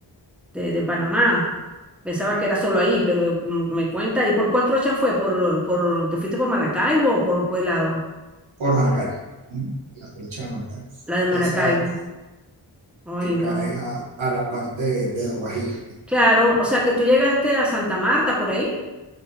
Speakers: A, in the centre; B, on the right (about 90°).
A: de, de Panamá. Pensaba que era solo ahí, pero m- me cuenta. ¿Y por cuál trocha fue? ¿Por, por, te fuiste por Maracaibo o por cuál lado?
B: por Maracay, ¿m? la trocha de Maracay.
A: La de Maracaibo.
B: Esa es
A: Ay,
B: que
A: no.
B: cae a, a la parte de la Guajira,
A: Claro, o sea que tú llegaste a Santa Marta por ahí.